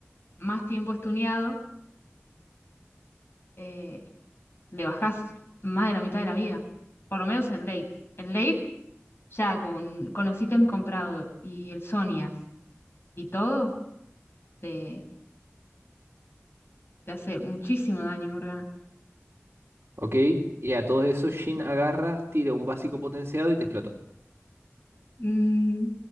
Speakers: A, on the left; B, on the right.
A: más tiempo estuneado, eh, le bajás más de la mitad de la vida, por lo menos en late. En late, ya con, con los ítems comprados y el Sonias y todo, te, te hace muchísimo daño, Morgana.
B: Ok, y a todo eso Shin agarra, tira un básico potenciado y te explotó.
A: Mm,